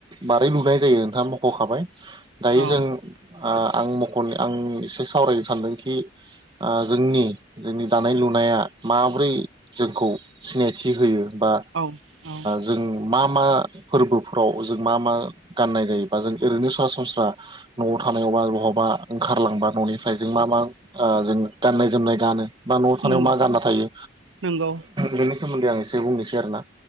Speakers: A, on the right (about 25°); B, on the right (about 80°).
A: बारै लुनाय जायो नोंथाङा मख'खाबाय दायो
B: औ
A: जों आं मख'नो आं एसे सावरायनो सानदोंखि जोंनि जोंनि दानाय लुनाया माब्रै जोंखौ सिनायथि होयो। बा
B: औ औ
A: जों मा मा फोरबो फाव जों मा मा गाननाय जायोबा जों ओरैनो सरासनस्रा न'आव थानायबा बहाबा ओंखारलांबा न'निफ्राय जों मा मा जों गाननाय जोमनाय गानो। बा न'आव थानायाव
B: नंगौ
A: मा गानना थायो
B: नंगौ
A: बेनि सोमोन्दै आं एसे बुंनोसै आरो ना।